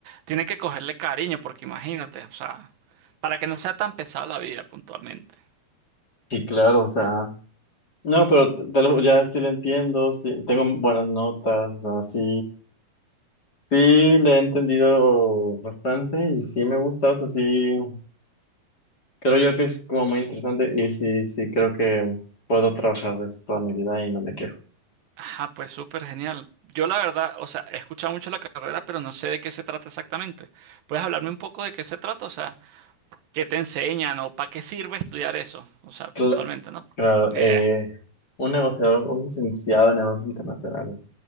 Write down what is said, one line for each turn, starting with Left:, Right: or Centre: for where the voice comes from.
Right: tiene que cogerle cariño, porque imagínate, o sea, para que no sea tan pesada la vida puntualmente.
Left: Sí, claro, o sea, no, pero te- lo- ya sí lo entiendo, sí, tengo buenas notas, o sea, sí, sí le he entendido bastante y sí me gusta, o sea, sí, creo yo que es como muy interesante y sí, sí, creo que puedo trabajar de eso toda mi vida y no me quejo.
Right: Ajá, pues súper genial. Yo la verdad, o sea, he escuchado mucho la carrera, pero no sé de qué se trata exactamente. ¿Puedes hablarme un poco de qué se trata? O sea, ¿qué te enseñan o para qué sirve estudiar eso? O sea, puntualmente,
Left: Cla-
Right: ¿no?
Left: Claro,
Right: Ni
Left: eh,
Right: idea.
Left: un negociador, un licenciado en negocios internacionales.